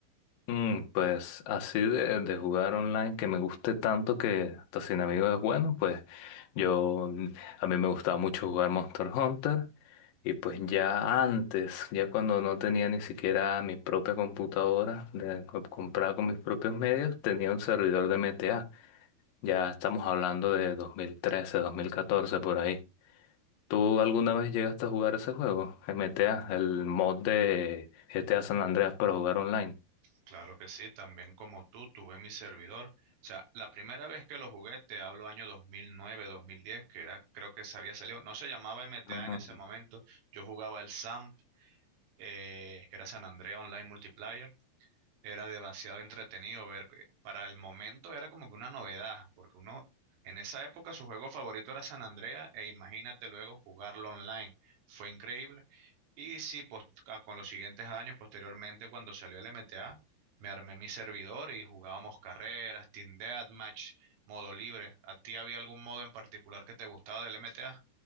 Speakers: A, on the left; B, on the right.
A: mm, Pues así de, de jugar online que me guste tanto que hasta sin amigos es bueno, pues yo mm, a mí me gustaba mucho jugar Monster Hunter y pues ya antes, ya cuando no tenía ni siquiera mi propia computadora de, co- comprada con mis propios medios, tenía un servidor de MTA. Ya estamos hablando de dos dos mil trece dos mil catorce por ahí. ¿Tú alguna vez llegaste a jugar ese juego, MTA, el mod de GTA San Andreas para jugar online?
B: Claro que sí, también como tú, tuve mi servidor. O sea, la primera vez que lo jugué, te hablo año dos dos mil nueve dos mil diez que era, creo que se había salido, no se llamaba MTA
A: Ah,
B: en ese momento, yo jugaba el SAMP, eh, que era San Andrea Online Multiplayer, era demasiado entretenido ver. que Para el momento era como que una novedad, porque uno en esa época su juego favorito era San Andrea e imagínate luego jugarlo online. Fue increíble. Y sí, pos- ca- con los siguientes años, posteriormente, cuando salió el MTA, me armé mi servidor y jugábamos carreras, Team Deathmatch, modo libre. ¿A ti había algún modo en particular que te gustaba del MTA?